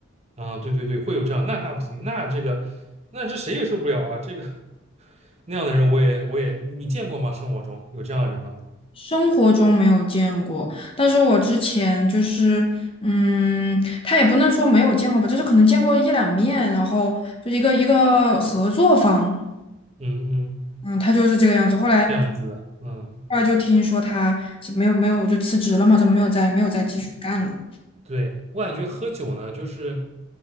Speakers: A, on the right; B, on the left.
A: 啊，对对对，会有这样，那那不行，那这个那这谁也受不了啊，这个那样的人我也我也你见过吗？生活中有这样的人吗？
B: 生活中没有见过，但是我之前就是，嗯，他也不能说没有见过吧，就是可能见过一两面，然后就一个一个合作方，
A: 嗯嗯，
B: 嗯，他就是这个样子。后来
A: 这样子的，嗯。
B: 后来就听说他是没有没有就辞职了嘛，就没有再没有再继续干了。
A: 对，我感觉喝酒呢，就是